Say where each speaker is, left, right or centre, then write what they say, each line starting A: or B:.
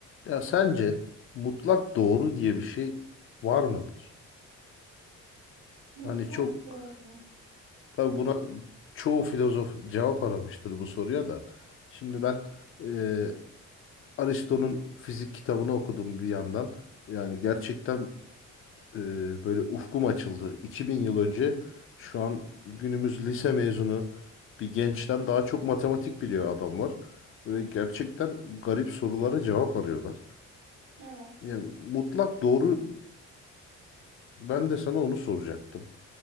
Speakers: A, on the left; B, on the right.
A: Ya sence mutlak doğru diye bir şey var mıdır?
B: Mutlak
A: Hani çok
B: doğru.
A: tabii buna çoğu filozof cevap aramıştır bu soruya da. Şimdi ben e, Aristo'nun fizik kitabını okudum bir yandan. Yani gerçekten e, böyle ufkum açıldı. 2000 yıl önce şu an günümüz lise mezunu bir gençten daha çok matematik biliyor adamlar. Ve gerçekten garip sorulara cevap arıyorlar.
B: Evet.
A: Yani mutlak doğru ben de sana onu soracaktım.